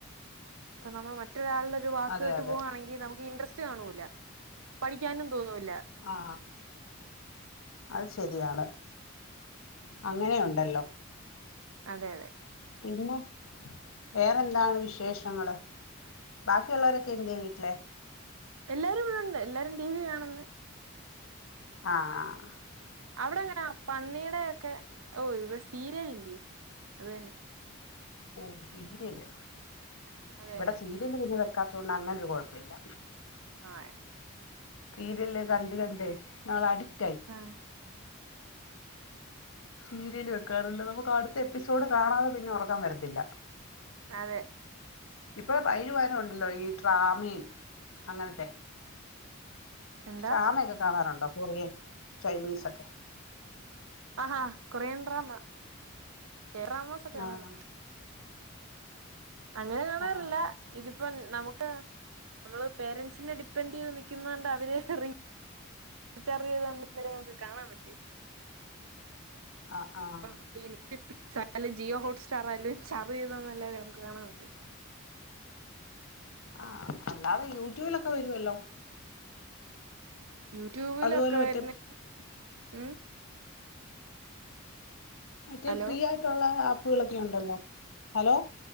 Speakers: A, on the right (about 80°); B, on the left (about 80°).
A: ഇപ്പം നമ്മൾ മറ്റൊരാളുടെ ഒരു വാക്ക്
B: അതെ
A: കേട്ട്
B: അതെ
A: പോകവാണെങ്കി നമുക്ക് ഇൻട്രസ്റ്റ് സ്റ്റ് കാണൂല്ല പഠിക്കാനും തോന്നുല്ല
B: ആ അത് ശരിയാണ് അങ്ങനെയുണ്ടല്ലോ
A: അതെ അതെ
B: പിന്നെ വേറെന്താണ് വിശേഷങ്ങള് ബാക്കിയള്ളവരൊക്കെ എന്തേ വീട്ടിലെ
A: എല്ലാരും ഇവിടെണ്ട് എല്ലാരും ടി വി കാണ്ന്ന്
B: ആഹ് ആഹ്
A: അവിടെ അങ്ങനെ പന്നിയുടെ ഒക്കെ ഓ ഇവിടെ സീരിയൽ ഇല്ലയോ അത് തന്നെ
B: ഓ സീരിയല്
A: അതെ
B: ഇവിടെ
A: അതെ
B: സീരിയല് പിന്നെ കാക്കാത്തൊണ്ട് അങ്ങന ഒരു കുഴപ്പമില്ല
A: ആഹ്
B: സീരിയല് കണ്ട് കണ്ടേ ഇങ്ങള് അടിക്ട്
A: ആഹ്
B: സീരിയല് വെക്കാറില്ല നമുക്ക് അടുത്ത എപ്പിസോഡ് കാണാതെ പിന്നെ ഉറക്കം വരത്തില്ല
A: അതെ
B: ഇപ്പം അയിന് പകരമുണ്ടല്ലോ ഈ ട്രാമേം അങ്ങനത്തെ
A: എന്താ
B: ട്രാമയൊക്കെ കാണാറുണ്ടോ കൊറിയൻ ചൈനീസോക്കെ
A: ആഹാ കൊറിയൻ ഡ്രാമ കേറിയൻ ഡ്രാമസൊക്കെ കാണാറുണ്ട്
B: ആഹ്
A: അങ്ങനെ കാണാറില്ല
B: ആഹ്
A: ഇതിപ്പം നമുക്ക് നമ്മള് പേരൻറ്സിനെ ഡിപ്പെെൻഡറ് ചെയ്ത് നിക്കുന്നോണ്ട് അവരെ റി റീച്ചാർജ് ചെയ്ത് <unintelligible> കാണാൻ പറ്റി
B: ആഹ് ആഹ്
A: അപ്പം ഇനി <unintelligible> ജിയോ ഹോട്സ്റ്റർ ആയാലും ചാർജ് ചെയ്തന്നല്ലല്ലെ നമുക്ക് കാണാൻ പറ്റു
B: ആഹ് അല്ലാതെ യൂട്യൂബിലൊക്കെ വരുവല്ലോ
A: യൂട്യൂബിലൊക്കെ
B: അതുപോലെ മറ്റേ
A: ആര്ന്ന് ഉം
B: മറ്റേ
A: ഹലോ
B: ഫ്രീ ആയിട്ടുള്ള ആപ്പുകളൊക്കെ ഉണ്ടല്ലോ ഹലോ